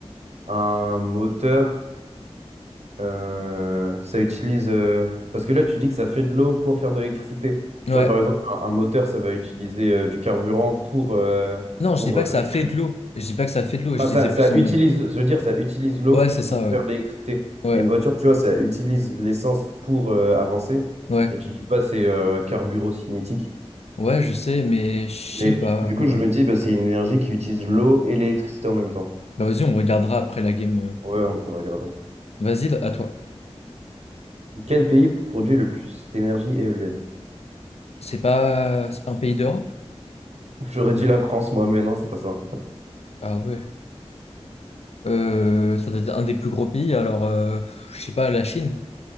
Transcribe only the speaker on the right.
un moteur. Euh, ça utilise. euh, Parce que là, tu dis que ça fait de l'eau pour faire de l'électricité.
Tu vois, par exemple, un, un moteur, ça va utiliser euh, du carburant pour, euh,
pour
euh,
créer.
de-
Enfin,
ça,
ça
utilise,
je veux dire, ça utilise l'eau
pour
faire de l'électricité.
Et une voiture, tu vois, ça utilise l'essence pour euh, avancer.
Et tu dis pas c'est euh, carburocinétique.
Mais
du coup, du
coup, je me dis, bah, c'est une énergie qui utilise l'eau et l'électricité en même temps.
Ouais, on pourrait regarder.
Quel pays produit le plus d'énergie éolienne?
<laughs> J'aurais dit la France, moi, mais non, c'est pas ça.